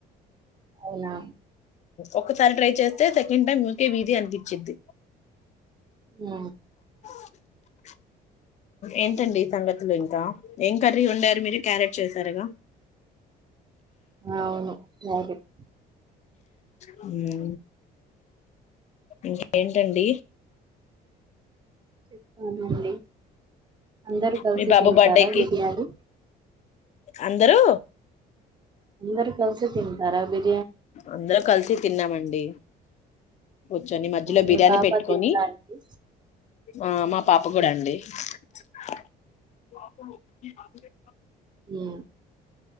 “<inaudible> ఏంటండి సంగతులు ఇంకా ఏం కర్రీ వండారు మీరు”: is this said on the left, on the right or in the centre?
Left